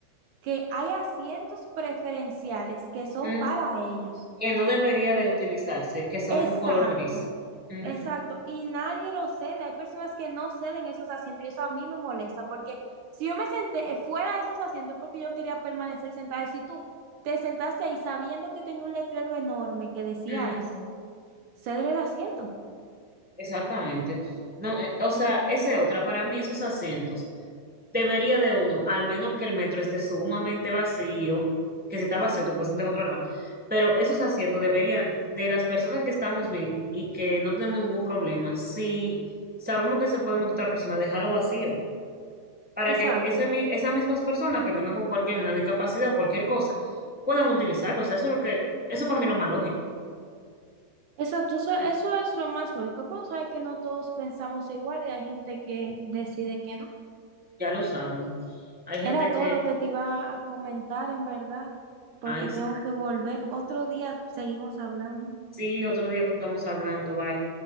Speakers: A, on the right; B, in the centre.
A: que hay asientos preferenciales que son
B: Mm,
A: para ellos.
B: que no debería de utilizarse, que son
A: Exacto,
B: color gris. Ujú,
A: exacto. Y nadie lo cede. Hay personas que no ceden esos asientos y eso a mí me molesta porque si yo me senté eh, fuera de esos asientos porque yo quería permanecer sentada y si tú te sentaste ahí sabiendo que tenía un letrero enorme que decía
B: ujú,
A: eso, cédele el asiento.
B: Exactamente. No, eh, o sea, esa es otra. Para mí, esos asientos, debería de uno, al menos que el metro esté sumamente vacío, que si está vacío te puedes sentar en otro lado. Pero esos asientos deberían, de las personas que estamos bien y que no tenemos ningún problema, si sabemos que se puede montar otra persona, dejarlo vacío. para
A: Exacto,
B: que ese mi- esas mismas personas que vengan con cualquier una discapacidad o cualquier cosa puedan utilizarlo o sea eso es lo que, eso para mí es lo más lógico,
A: exacto. Eso, eso es lo más lógico. Pero sabes que no todos pensamos igual y hay gente que decide que no.
B: ya lo saben. Hay gente
A: Era todo
B: que,
A: lo que te iba a comentar, en verdad, porque
B: ay,
A: tengo que volver. Otro día seguimos hablando.
B: sí, otro día cuando estamos hablando, bye.